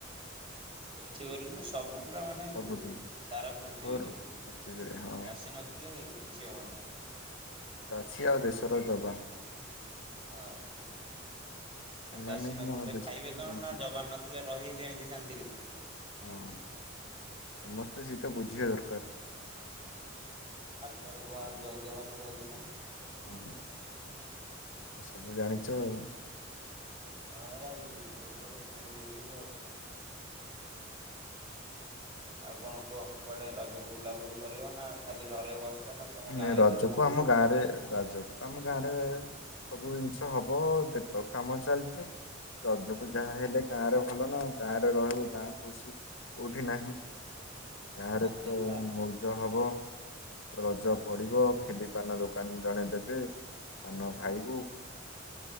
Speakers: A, on the right; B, on the left.
A: ଏଠି ବୋଲି ନା ସବୁ ପୁରା ମାନେ
B: ସବୁଠି
A: ଓଂ ସାରା ପୃଥିବୀରେ।
B: ଘରୁ ପୃଥିବୀରେ ହଁ
A: ଚାଷୀ ନଥିଲେ କିଛି ହବ ନାହିଁ।
B: ଚାଷୀ ଆଉ ଦେଶର ଯବାନ।
A: ହଁ ଆ
B: ଏମାନେ
A: ଚାଷୀ ନଥିଲେ
B: ହିଁ ଆମ ଦେଶକୁ
A: ଖାଇବେ କଣ
B: ବଞ୍ଚି
A: ନା ଯବାନ ନ ଥିଲେ ରହିବେ କେମିତି ଶାନ୍ତିରେ।
B: ହଁ ସମସ୍ତେ ସେଇଟା ବୁଝିବା ଦରକାର।
A: କାଲିଟାରେ କୁହ ଆଉ ଜୟ ଜବାନ ଜୟ କିସାନ।
B: ହଁ ସବୁ ଜାଣିଚ ଆଉ।
A: ହଁ ଏରା ଗୋଟେ ଗୋଟେ ଶୁଣି ଦେଇଥିଲି ଆଉ। ଆଉ କଣ କୁହ କୁଆଡେ ରଜକୁ ବୁଲାବୁଲି କରିବ ନା ଖାଲି ଘରେ ବସିଛ ନା ତମ
B: ନ
A: ଗାଁ ରେ
B: ରଜକୁ
A: ଖାଲି ବୁଲୁଛ?
B: ଆମ ଗାଁ ରେ ରଜ ଆମ ଗାଁ ରେ ସବୁ ଜିନିଷ ହବ ଏବେ ତ କାମ ଚାଲିଚି। ରଜକୁ
A: ହୁଁ
B: ଯାହାହଲେ ଗାଁ ରେ ଭଲ ନା ଗାଁରେ ରହିବୁ ଗାଁ ଖୁସି। କୋଉଠି ନାହିଁ
A: ହୁଁ
B: ଗାଁରେ
A: ଆଜିଠୁ
B: ପ୍ର
A: ଆ
B: ମଉଜ ହବ। ରଜ
A: ହୁଁ
B: ପଡ଼ିବ ଖିଲି ପାନ ଦୋକାନ ଜଣେ ଦେବେ ପାନ
A: ହୁଁ
B: ଖାଇବୁ।